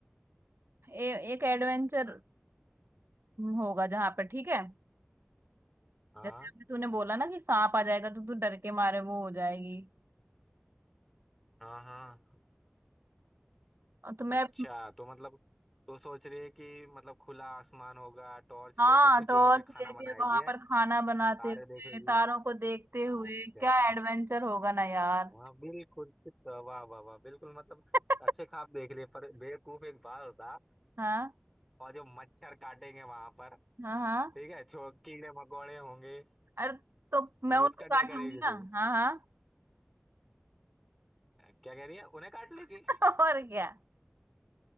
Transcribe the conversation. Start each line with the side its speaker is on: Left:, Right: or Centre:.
Right: ए, एक एडवेंचर
Centre: अच्छा,
Right: होगा जहां पर ठीक है
Centre: हाँ
Right: जैसे अभी तूने बोला ना कि सांप आ जाएगा तो तू डर के मारे वो हो जाएगी
Centre: हाँ हाँ
Right: तो मैं
Centre: अच्छा तो मतलब तो सोच रही है कि मतलब खुला आसमान होगा टॉर्च
Right: हाँ
Centre: लेके तो चूल्हे
Right: टॉर्च
Centre: पे खाना
Right: लेके
Centre: बनाएगी
Right: वहां
Centre: है
Right: पर खाना बनाते
Centre: तारे
Right: हुए
Centre: देखेगी
Right: तारों को देखते हुए
Centre: अच्छा
Right: क्या
Centre: अच्छा
Right: एडवेंचर होगा ना यार
Centre: हाँ बिल्कुल वाह वाह वाह बिल्कुल मतलब
Right: <laughs>
Centre: अच्छे ख्वाब देख लिए पर बेवकूफ एक बात होता
Right: हाँ
Centre: और जो मच्छर काटेंगे वहां पर
Right: हाँ हाँ
Centre: ठीक है छो कीड़े मकोड़े होंगे
Right: अरे तो
Centre: वो
Right: मैं उनको
Centre: उसका क्या
Right: काट
Centre: करेगी
Right: लूंगी ना
Centre: तू
Right: हाँ हाँ
Centre: क्या कह रही है उन्हें काट लेगी
Right: <laughs> और क्या